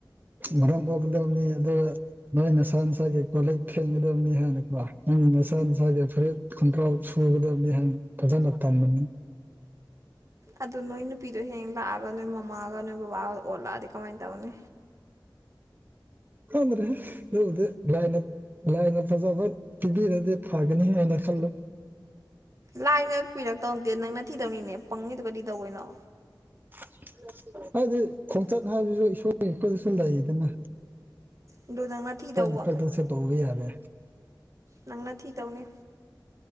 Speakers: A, on the right; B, on the right.
A: ꯃꯔꯝ ꯃꯣꯛꯀꯗꯕꯅꯤ ꯑꯗꯨꯒ ꯅꯣꯏ ꯅꯁꯥ ꯅꯁꯥꯒꯤ ꯀꯣꯜꯂꯤꯛ ꯐꯦꯡꯒꯗꯕꯅꯤ ꯍꯥꯏꯅꯀꯣ ꯅꯣꯢ ꯅ ꯅꯁꯥ ꯅꯁꯥꯒꯤ ꯐꯨꯔꯤꯠ ꯈꯣꯡꯈ꯭ꯔꯥꯎ ꯁꯨꯒꯗꯕꯅꯤ ꯍꯥꯢꯅ ꯐꯖꯅ ꯇꯝꯕꯅꯤ
B: ꯑꯗꯨ ꯅꯣꯏ ꯅꯨꯄꯤꯗꯣ ꯍꯌꯦꯡ ꯂꯥꯛꯑꯒ ꯅꯣꯏ ꯃꯃꯥꯒ ꯅꯣꯏ ꯕꯕꯥꯒ ꯑꯣꯠꯂꯛꯑꯗꯤ ꯀꯃꯥꯏꯅ ꯇꯧꯅꯤ
A: ꯈꯪꯗ꯭ꯔꯦꯍꯦ ꯑꯗꯨꯒꯗꯤ ꯂꯥꯢꯅ ꯂꯥꯏꯅ ꯐꯖꯕ ꯄꯤꯕꯤꯔꯗꯤ ꯐꯒꯅꯤ ꯍꯥꯏꯅ ꯈꯜꯂꯦ
B: ꯂꯥꯏꯅ ꯄꯤꯔꯛꯇꯧ ꯅꯠꯇꯦ ꯅꯪꯅ ꯊꯤꯗꯧꯅꯤꯅꯦ ꯄꯪꯉꯤꯗꯣ ꯀꯔꯤ ꯇꯧꯕꯩꯅꯣ
A: <unintelligible> ꯍꯥꯏꯗꯤ ꯈꯣꯡꯆꯠ ꯍꯥꯏꯕꯁꯤꯁꯨ ꯏꯁꯣꯔ ꯄꯤꯔꯛꯄꯗꯁꯨ ꯂꯩꯌꯦꯗꯅ
B: ꯑꯗꯨ ꯅꯪꯅ ꯊꯤꯗꯧꯕ
A: ꯍꯣꯏꯅꯦ ꯈꯔꯁꯦꯝꯇꯣꯛꯍꯧꯕ ꯌꯥꯔꯦ
B: ꯅꯪꯅ ꯊꯤꯗꯧꯅꯤ